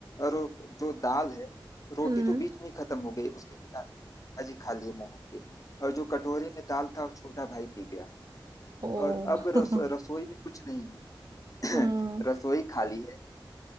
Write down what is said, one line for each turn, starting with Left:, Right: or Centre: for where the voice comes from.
Left: और वो जो दाल है रोटी
Right: हम्म
Left: तो बीच में ही खत्म हो गई उसके पिताजी खा लिए मोहन के और जो कटोरे में दाल था वो छोटा भाई पी गया
Right: ओ
Left: और अब
Right: <laughs>
Left: रस, रसोई में कुछ नहीं है।
Right: हम्म
Left: <clears throat> रसोई खाली है